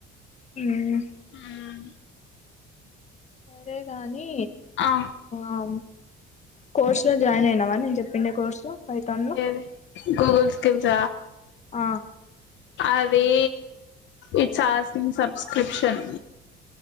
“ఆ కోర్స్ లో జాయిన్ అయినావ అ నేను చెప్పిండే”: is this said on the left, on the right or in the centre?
Left